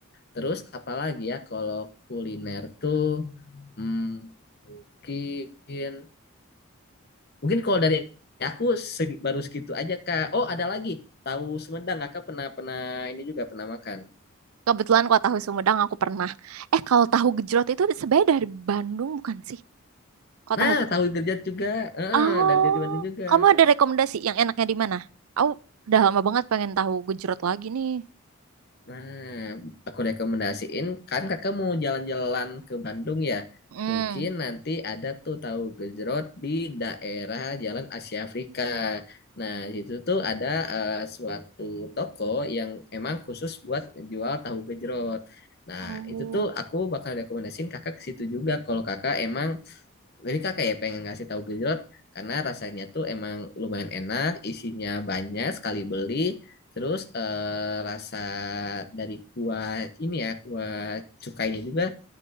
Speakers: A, on the left; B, on the right.
A: Terus apalagi ya kalau kuliner tuh hmm, mungkin mungkin kalau dari aku segi- baru segitu aja Kak. Oh, ada lagi. Tahu Sumedang, Kakak pernah pernah ini juga pernah makan.
B: Kebetulan kalau tahu Sumedang aku pernah. Eh, kalau tahu gejrot itu sebenarnya dari Bandung bukan sih? Kalau
A: Nah,
B: tahu gejrot.
A: tahu derajat juga. Eh,
B: Oh,
A: dan dari Bandung juga.
B: kamu ada rekomendasi yang enaknya di mana? Aku udah lama banget pengen tahu gejrot lagi nih.
A: Nah, aku rekomendasiin kan kakak mau jalan-jalan ke Bandung ya.
B: Hmm.
A: Mungkin nanti ada tuh tahu gejrot di daerah Jalan Asia Afrika. Nah, di situ tuh ada eh, suatu toko yang emang khusus buat jual tahu gejrot. Nah,
B: Oh.
A: itu tuh aku bakal rekomendasiin kakak ke situ juga kalau kakak emang Jadi kakak ya pengen ngasih tahu gejrot karena rasanya tuh emang lumayan enak, isinya banyak sekali beli. Terus eh, rasa dari kuah ini ya, kuah cukainya juga